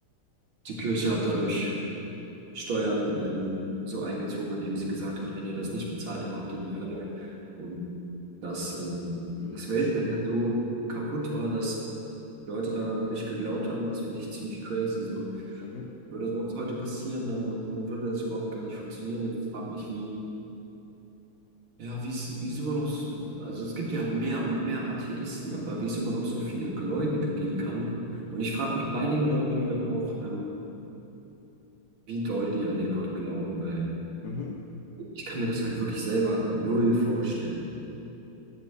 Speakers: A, on the right (about 70°); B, on the left (about 65°).
A: die Kirche hat dadurch Steuern ähm, so eingezogen, indem sie gesagt hat, wenn ihr das nicht bezahlt, dann kommt ihr in die Hölle. Und dass ähm,
B: Mhm,
A: das
B: das
A: Weltbild
B: ist schlimm.
A: halt so kaputt war, dass die Leute daran wirklich geglaubt haben, das finde ich ziemlich crazy. So,
B: Mhm.
A: würde sowas heute passieren, dann, dann würde das überhaupt gar nicht funktionieren. Und ich frage mich, wie, ja, wie es, wie es immer noch, so- also es gibt ja mehr und mehr Atheisten, aber wie es immer noch so viele Gläubige geben kann. Und ich frage mich bei den Gläubigen dann auch, ähm, wie doll die an den Gott glauben, weil
B: Mhm.
A: ich kann mir das halt wirklich selber null vorstellen.